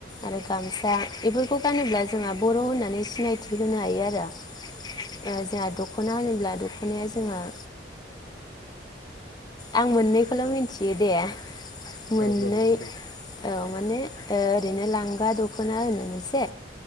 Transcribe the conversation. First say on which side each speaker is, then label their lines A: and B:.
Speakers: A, on the left (about 25°); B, on the left (about 65°).
A: आरो गामसा बेफोरखौ गानोब्ला जोंहा बर होननानै सिनायथि होनो हायो आरो। ओ
B: औ
A: जोंहा दखना होनोब्ला दखनाया जों <unintelligible> आं मोननैखौल मिन्थियो दे मोननै
B: औ औ औ दे
A: औ माने ओरैनो लांगा दखना होनो मोनसे